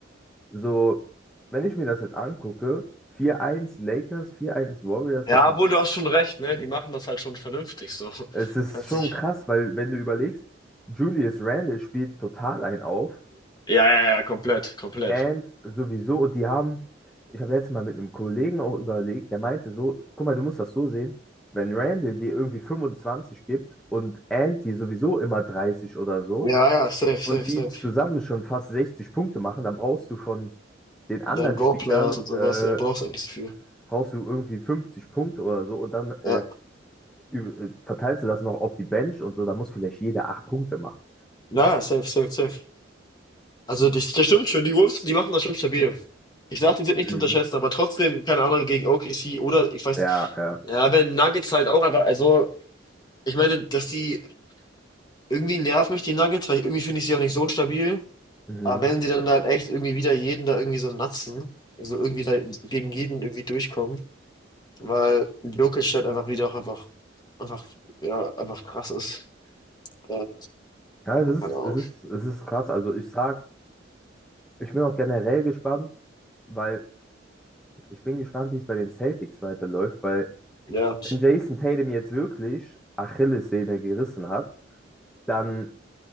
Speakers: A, in the centre; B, on the left (about 20°).
A: so, wenn ich mir das jetzt angucke, vier eins Lakers, vier eins Warriors,
B: Ja,
A: das, äh,
B: obwohl du hast schon recht, ne? Die machen das halt schon vernünftig so. <laughs>
A: es ist
B: Kannst
A: schon
B: dich.
A: krass, weil wenn du überlegst, Julius Randle spielt total einen auf.
B: Ja, ja, ja, komplett, komplett.
A: And sowieso, und die haben, ich habe letztes Mal mit einem Kollegen auch überlegt, der meinte so, guck mal, du musst das so sehen, wenn Randall dir irgendwie 25 gibt und And dir sowieso immer 30 oder so
B: Ja, ja, safe, safe,
A: und die
B: safe.
A: zusammen schon fast 60 Punkte machen, dann brauchst du von den anderen
B: Und Dann Roleplayers
A: Spielern,
B: und sowas,
A: äh,
B: ja, brauchst eigentlich nicht so viel.
A: brauchst du irgendwie 50 Punkte oder so und dann
B: Ja.
A: äh, üb- äh, verteilst du das noch auf die Bench und so, da muss vielleicht jeder 8 Punkte machen.
B: Naja, safe, safe, safe. Also das, das stimmt schon, die Wolves, die machen das schon stabil. Ich sag, die sind nicht
A: Mhm.
B: zu unterschätzen, aber trotzdem, keine Ahnung, gegen OKC oder ich weiß,
A: Ja, ja.
B: ja, wenn Nuggets halt auch einfach, also, ich meine, dass die irgendwie nerven mich die Nuggets, weil irgendwie finde ich sie auch nicht so stabil.
A: Mhm.
B: Aber wenn die dann halt echt irgendwie wieder jeden da irgendwie so natzen, also irgendwie da gegen jeden irgendwie durchkommen, weil Jokic halt einfach wieder auch einfach, einfach, ja, einfach krass ist. Äh,
A: Ja, es ist,
B: keine Ahnung.
A: es ist, es ist krass. Also ich sag, Ich bin auch generell gespannt, weil ich bin gespannt, wie es bei den Celtics weiterläuft, weil
B: Ja.
A: wenn Jason Tatum jetzt wirklich Achillessehne gerissen hat, dann